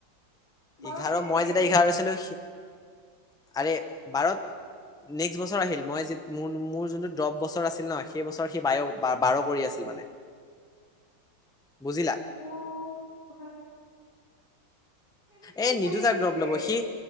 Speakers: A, on the left; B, in the centre.
A: বাৰত
B: এঘাৰ
A: কেনেকে
B: মই
A: আহিল
B: যেতিয়া এঘাৰ
A: তে।
B: আছিলো, আৰে বাৰত নেক্সট বছৰ আহিল, মই যি মোৰ মোৰ যোনটো ড্ৰপ বছৰ আছিল ন সেই বছৰ সি বায়' বাৰ কৰি আছিল মানে। বুজিলা।
A: অ' ভাই কেনেকে
B: এই
A: সি
B: নিদু
A: চাইন্স
B: যাক
A: লৈছে।
B: ড্ৰপ ল'ব সি